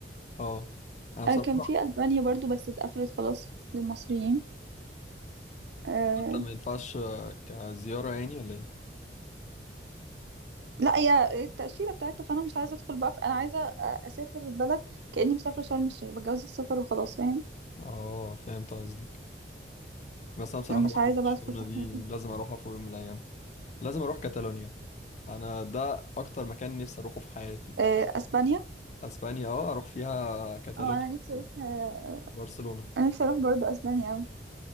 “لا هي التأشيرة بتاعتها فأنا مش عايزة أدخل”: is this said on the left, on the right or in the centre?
Right